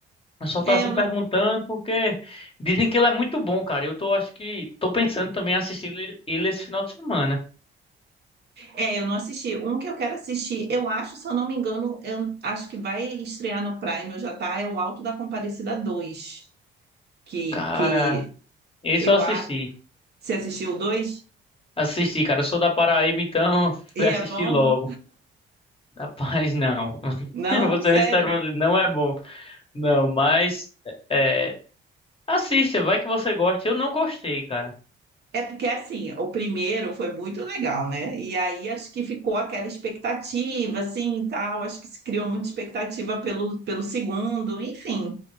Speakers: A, on the left (about 30°); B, on the right (about 55°).
A: Eu só tô
B: é,
A: assim
B: eu
A: perguntando
B: não,
A: porque dizem que ele é muito bom, cara. Eu tô, acho que tô pensando também em assistir ele ele esse final de semana.
B: é, eu não assisti. Um que eu quero assistir, eu acho, se eu não me engano, eu acho que vai estrear no Prime, já tá, é o Alto da Compadecida 2 que,
A: Cara,
B: que
A: esse
B: eu...
A: eu assisti.
B: a- Você assistiu o 2?
A: Assisti, cara. Eu sou da Paraíba, então <laughs>
B: E
A: fui assistir
B: é bom?
A: logo. Rapaz, não. <laughs>
B: Não,
A: Você
B: sério.
A: vê se não é bom. Não, mas é, é, assista, vai que você gosta. Eu não gostei, cara.
B: É porque assim, o primeiro foi muito legal, né? E aí acho que ficou aquela expectativa, assim, e tal. Acho que se criou muita expectativa pelo, pelo segundo, enfim.